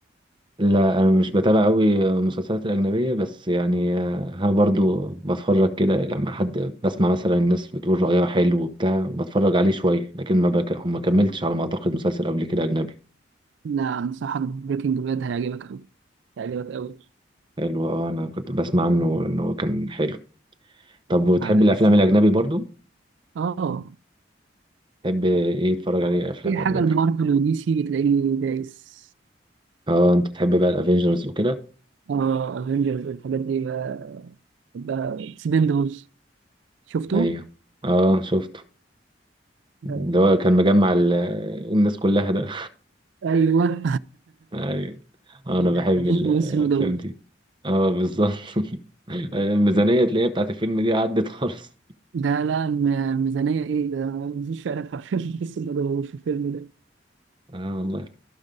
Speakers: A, on the right; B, on the right.
A: لا انا مش بتابع قوي مسلسلات الاجنبيه بس يعني آه، ها برضو بتفرج كده لما حد بسمع مثلا الناس بتقول رايها حلو وبتاع بتفرج عليه شويه لكن ما بك... ما كملتش على ما اعتقد مسلسل قبل كده اجنبي
B: لا انصحك بريكنج باد هيعجبك قوي هيعجبك قوي
A: حلو اه انا كنت بسمع عنه انه كان حلو طب وتحب
B: على
A: الافلام
B: الصراحه
A: الاجنبي برضو
B: اه
A: تحب ايه تتفرج عليه افلام
B: اي حاجه
A: اجنبي
B: المارفل ودي سي بتلاقيني دايس
A: اه انت تحب بقى الافينجرز وكده
B: اه افنجرز الحاجات دي بقى بقى اكسبندبلز شفته
A: ايوه اه شفته ده
B: لا.
A: هو كان مجمع ال... الناس كلها ده
B: ايوه <laughs>
A: ايوه آه، انا بحب
B: مفيش
A: الافلام
B: ممثل ما جابوش
A: دي اه بالظبط <laughs> الميزانيه تلاقيها بتاعت الفيلم دي عدت خالص
B: ده لا م- ميزانيه ايه ده مفيش فعلا حرفيا ممثل ما جابوش في الفيلم
A: اه والله